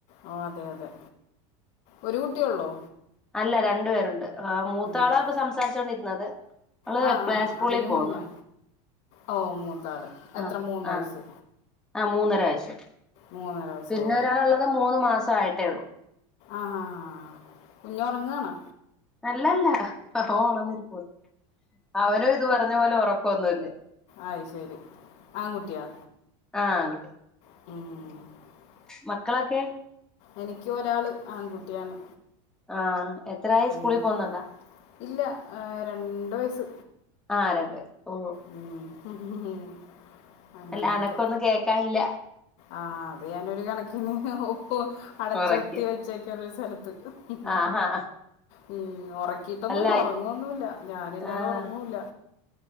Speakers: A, on the left (about 50°); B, in the centre.
A: ഓ അതെ അതെ ഒരു കുട്ടിയൊള്ളോ
B: അല്ല രണ്ടു പേരുണ്ട് ആ മൂത്താളാ
A: പേര്
B: ഇപ്പൊ സംസാരിച്ചോണ്ടിരുന്നത് ഓൾ
A: ആ
B: പ്ലേ
A: ആ
B: സ്കൂളിൽ
A: അതിലും
B: പോകുന്നു
A: കുഞ്ഞാ ഓ മൂത്ത ആൾ എത്ര
B: ആഹ
A: മൂന്ന് വയസ്സ്
B: ആഹ ആഹ മൂന്നര വയസ്സ്
A: മൂന്നര വയസ്സ്
B: പിന്നെ
A: ഓ
B: ഒരാളുള്ളത് മൂന്ന് മാസയിട്ടേ ഉള്ളൂ
A: ആഹാ ആ കുഞ്ഞ് ഉറങ്ങാണോ
B: അല്ലല്ല അവനൊണർന്നിരിപ്പുണ്ട് അവനും ഇത് പറഞ്ഞ പോലെ ഉറക്കൊന്നുല്ല
A: അയ് ശരി ആൺകുട്ടിയാ
B: ആഹ് ആൺകുട്ടി
A: ഉം
B: മക്കളെക്കെ
A: എനിക്ക് ഒരാള് ആൺകുട്ടിയാണ്
B: ആ എത്രായായി
A: ഉം.
B: സ്കൂളിൽ പോകുന്നുണ്ടോ
A: ഇല്ല രണ്ട് വയസ്സ്
B: ആഹ് രണ്ടായി ഓ
A: ഉം അങ്ങനെയൊക്കെ
B: അല്ല അനക്കൊന്നും കേക്കാനില്ല
A: ആ അത് ഞാനൊരു കണക്കിന് ഓ അടച്ചൊത്തി
B: ഉറക്ക
A: വെച്ചേക്കാണ് ഒരു സ്ഥലത്ത് ത്ത് ഉം
B: ആഹാ
A: ഉം ഉം ഒറക്കീട്ടൊന്നുയില്ല
B: അല്ല
A: ഒറങ്ങുവൊന്നുയില്ല ഞാനില്ലാതെ
B: ആഹ്
A: ഉറങ്ങൂല്ല